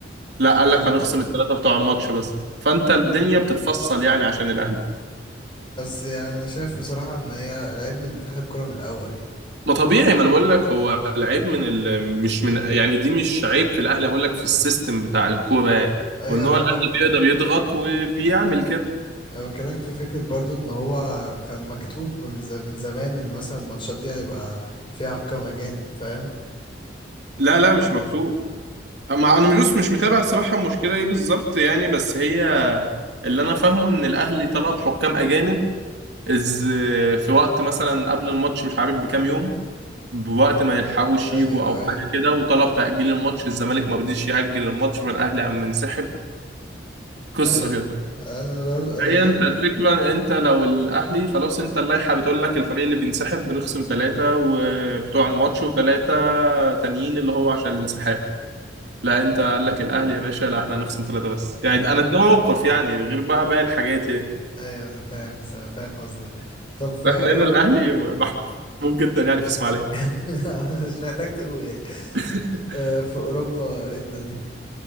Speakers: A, on the right (about 65°); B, on the left (about 25°).
A: لا قال
B: ايوه
A: لك هنخصم الثلاثة بتوع الماتش بس فأنت الدنيا بتتفصل يعني عشان الأهلي
B: بس يعني انا شايف بصراحة ان هي العيب من اتحاد الكرة من الاول يعني
A: ما طبيعي ما انا بقول لك هو العيب من ال... مش من يعني دي مش عيب في الاهلي بقول لك في السيستم بتاع الكوره يعني
B: ايوه
A: وان هو
B: لا
A: الاهلي
B: بك
A: بيقدر يضغط وبيعمل كده
B: انا بكلمك في فكرة برضو ان هو كان مكتوب من, ز... من زمان ان مثلا الماتشات دي هيبقى فيها حكام اجانب فاهم
A: لا لا مش مكتوب مع انا مش مش متابع الصراحه المشكله ايه بالظبط يعني بس هي اللي انا فاهمه ان الاهلي طلب حكام اجانب از في وقت مثلا قبل الماتش مش عارف بكام يوم بوقت ما يلحقوش
B: ايوه
A: يجوا او
B: ايوه
A: حاجه كده وطلب تاجيل الماتش الزمالك ما رضيش ياجل الماتش فالاهلي قام منسحب قصه
B: ايوه
A: كده
B: انا برضو انا
A: هي انت الفكرة انت لو الاهلي خلاص انت اللائحة بتقول لك الفريق اللي بينسحب بنخصم ثلاثة وبتوع الماتش وثلاثة تانيين اللي هو عشان الانسحاب لا انت قال لك الاهلي يا باشا لا احنا هنخصم ثلاثة بس يعني
B: <laughs>
A: انا ده موقف يعني غير بقى باقي الحاجات يعني
B: ايوه انا فاهم بس أنا فاهم قصدك طب في
A: احنا
B: اوروبا
A: هنا الاهلي محبوب جدا يعني في اسماعيلية
B: <laughs> مش محتاج تقول يعني
A: <laughs>
B: آه، في اوروبا ايه الدنيا